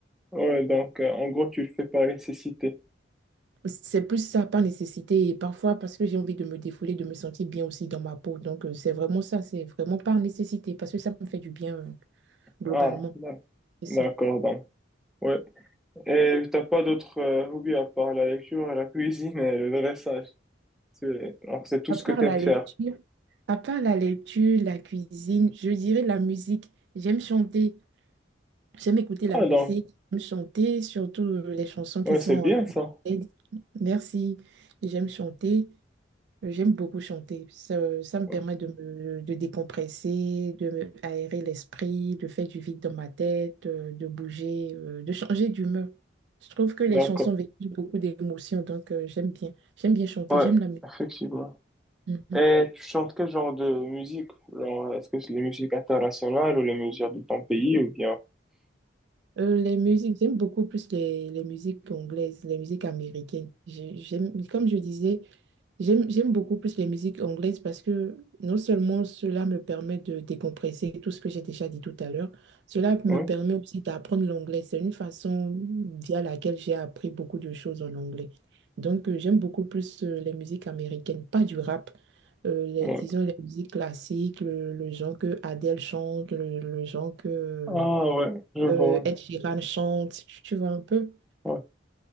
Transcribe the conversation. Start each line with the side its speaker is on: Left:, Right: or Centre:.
Centre: Ouais, donc, euh, en gros, tu le fais par nécessité.
Right: C'est plus ça par nécessité et parfois parce que j'ai envie de me défouler, de me sentir bien aussi dans ma peau. Donc, euh, c'est vraiment ça, c'est vraiment par nécessité parce que ça me fait du bien euh, globalement.
Centre: Ah, d'ac-
Right: C'est
Centre: d'accord,
Right: ça.
Centre: donc. Ouais. Et t'as pas d'autres euh, hobbies à part la lecture, la cuisine et le dressage. C'est, alors, c'est tout
Right: À
Centre: ce
Right: part
Centre: que t'aimes
Right: la
Centre: faire.
Right: lecture, à part la lecture, la cuisine, je dirais la musique. J'aime chanter, j'aime écouter la
Centre: Ah,
Right: musique,
Centre: donc,
Right: j'aime chanter, surtout euh, les chansons qui
Centre: ouais,
Right: sont
Centre: c'est
Right: en
Centre: bien
Right: langue
Centre: ça.
Right: anglaise. Merci. J'aime chanter. J'aime beaucoup chanter. Ça, ça me
Centre: Ouais,
Right: permet de me de décompresser, de me aérer l'esprit, de faire du vide dans ma tête, euh, de bouger, euh, de changer d'humeur. Je trouve que les
Centre: D'accord.
Right: chansons véhiculent beaucoup d'émotions, donc euh, j'aime bien. J'aime bien chanter,
Centre: Ouais,
Right: j'aime la musique.
Centre: effectivement.
Right: Mhm.
Centre: Et tu chantes quel genre de musique? Genre, est-ce que c'est les musiques internationales ou les musiques de ton pays ou bien...
Right: Euh, les musiques, j'aime beaucoup plus les, les musiques anglaises, les musiques américaines. J'ai- J'aime, comme je disais, J'aime, j'aime beaucoup plus les musiques anglaises parce que non seulement cela me permet de décompresser tout ce que j'ai déjà dit tout à l'heure, cela me
Centre: Oui,
Right: permet aussi d'apprendre l'anglais. C'est une façon via laquelle j'ai appris beaucoup de choses en anglais. Donc, euh, j'aime beaucoup plus euh, les musiques américaines, pas du rap, euh, les,
Centre: ouais.
Right: disons les musiques classiques, le, le genre que Adele chante, le, le genre que
Centre: Ah ouais, je vois.
Right: euh, Ed Sheeran chante, tu, tu vois un peu.
Centre: Ouais, ouais,